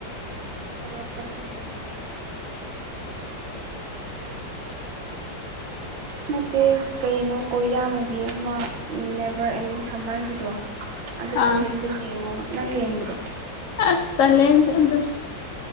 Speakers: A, on the right; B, on the left.
A: ꯇꯧꯛꯇꯕ ꯍꯦ ꯑ ꯅꯠꯇꯦ ꯀꯩꯅꯣ ꯀꯣꯔꯤꯌꯥ ꯃꯨꯚꯤ ꯑꯃ ꯅꯦꯕꯔ ꯑꯦꯟꯗꯤꯡ ꯁꯝꯃꯔꯒꯤꯗꯣ ꯑꯗꯨꯗ
B: ꯑꯥ
A: ꯐꯤꯂꯤꯂꯝꯗ ꯌꯦꯡꯉꯣ ꯅꯪ ꯌꯦꯡꯟꯣ
B: ꯑꯁꯇ ꯂꯩꯦ ꯑꯗꯨꯗ